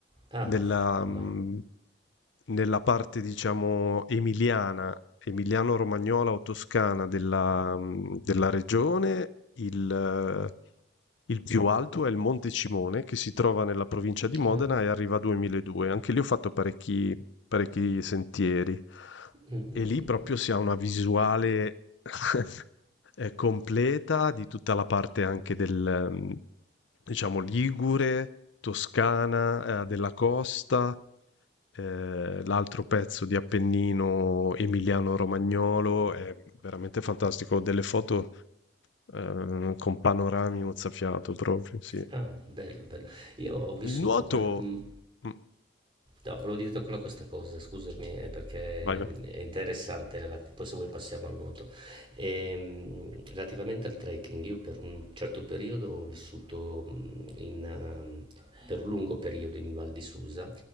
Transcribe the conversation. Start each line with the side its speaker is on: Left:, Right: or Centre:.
Right: ah,
Left: Nella, mh,
Right: ma...
Left: nella parte, diciamo, emiliana, emiliano-romagnola o toscana della, mh, della regione, il, eh, il più alto è il Monte Cimone, che si trova nella provincia di Modena
Right: Ah.
Left: e arriva a 2200. Anche lì ho fatto parecchi, parecchi sentieri.
Right: Mm, mm, mm.
Left: E lì
Right: mm.
Left: proprio si ha una visuale <laughs> eh, completa di tutta la parte anche del, mm, diciamo, Ligure, Toscana, eh, della costa, eh, l'altro pezzo di Appennino emiliano-romagnolo, è veramente fantastico, ho delle foto eh, con panorami mozzafiato proprio, sì.
Right: Ah, bello, bello. Io ho vissuto
Left: Il nuoto...
Right: per un
Left: Mm,
Right: No, volevo dirti ancora questa cosa, scusami, eh, perché
Left: Vai, vai.
Right: mm, è interessante, relati- poi se vuoi passiamo al nuoto. Ehm, relativamente al trekking, io per un certo periodo ho vissuto mm, in, ehm, per un lungo periodo in Val di Susa